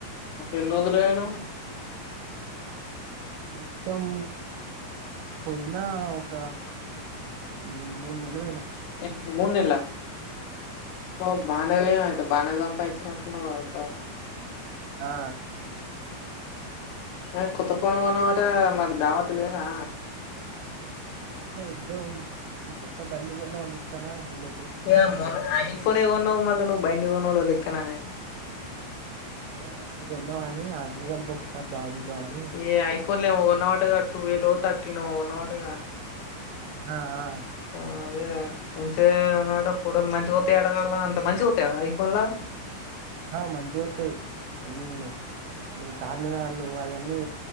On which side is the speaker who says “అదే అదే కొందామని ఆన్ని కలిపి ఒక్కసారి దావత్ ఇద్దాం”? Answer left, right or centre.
Right